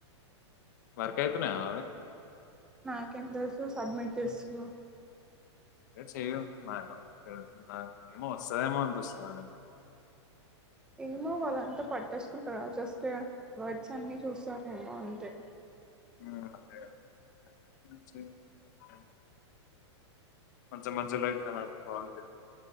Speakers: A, on the left (about 40°); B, in the centre.
A: వర్కయితున్నయా అవి
B: నాకేం తెలుసు సబ్మిట్ చేస్తున్నా
A: సరే చెయ్యు ఆ అకౌంట్ నాకు ఏమో వస్తదేమో అనిపిస్తుంది నాకెందుకో
B: ఏమో వాళ్ళంతా పట్టేసుకుంటరా జస్ట్ వర్డ్స్ అన్ని చూస్తరేమో అంతే
A: ఉమ్ అదే అదే బయట్నుంచి <inaudible> <unintelligible> <unintelligible> అంత మంచిగ లేదు నాకు ఆరోగ్యం